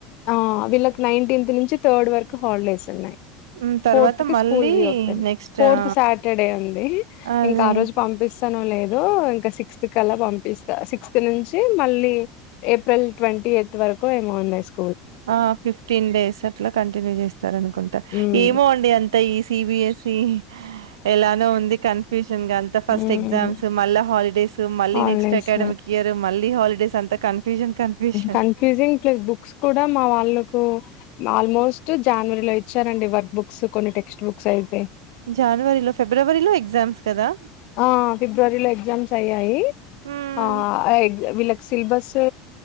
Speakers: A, on the left; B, on the right.
A: ఆ వీళ్ళకి నైన్టీన్త్ నుంచి థర్డ్ వరకు హాలిడేస్ ఉన్నాయి
B: మ్ తర్వాత
A: ఫోర్త్ కి
B: మళ్ళీ
A: స్కూల్ రీఓపెన్
B: నెక్స్ట్
A: ఫోర్త్
B: ఆ
A: సాటర్డే ఉంది
B: అది
A: ఇంకా ఆ రోజు పంపిస్త లేదో ఇంకా సిక్స్త్ కలా పంపిస్తా సిక్స్త్ నుంచి మళ్ళీ ఏప్రిల్ ట్వంటీ ఎత్ వరకు ఏమో ఉన్నాయి స్కు
B: ఆ ఫిఫ్టీన్ డేస్ అట్లా కంటిన్యూ చేస్తారు అనుకుంటా
A: ఉమ్
B: ఏమో అండి అంత ఈ సి బి ఎస్ సి ఎలానో ఉంది కన్ఫ్యూషన్ అంత ఫస్ట్
A: ఉమ్
B: ఎగజామ్స్ మళ్ళ హాలిడ మళ్ళీ
A: హాలిడేస్
B: నెక్స్ట్ అకాడమిక్ ఇయర్ మళ్ళీ హాలిడేస్ అంతా confusion confusion
A: confusing plus books కూడా మా వాళ్ళలకు ఆల్మోస్ట్ జానవరి లో ఇచ్చారండి వర్క్ బుక్స్ కొన్ని టెక్స్ట్ బుక్స్ అయితే
B: జనవరిలో ఫిబ్రవరిలో ఎగ్జామ్స్ కదా
A: ఆ ఫిబ్రవరిలో ఎగ్జామ్స్ అయ్యాయి
B: మ్
A: ఆ వీళ్ళకి సిలబస్